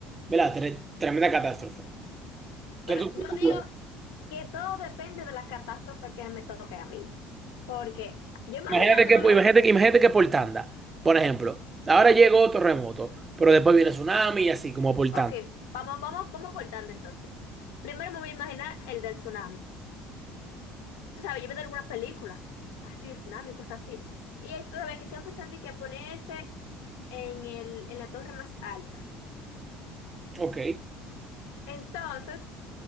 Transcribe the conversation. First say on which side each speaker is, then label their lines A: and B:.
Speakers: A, on the right; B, on the left.
A: ¿verdad? Tre- tremenda catástrofe. ¿Qué
B: Pero
A: tú-
B: yo
A: qué tú
B: digo
A: puedes?
B: que todo depende de la catástrofe que me toque a mí. Porque yo imaginándomelo,
A: Imagínate que, imagínate que, imagínate que por tanda, por ejemplo, ahora llegó terremoto, pero después viene tsunami y así como por
B: ok,
A: tanda.
B: vamos, vamos, vamos por tanto entonces. Primero me voy a imaginar el del tsunami. Tú sabes, yo veo de algunas películas, así de tsunami, cosas así. Y esto sabes que siempre se han dicho que ponerse en el, en la torre más alta.
A: Ok,
B: Entonces,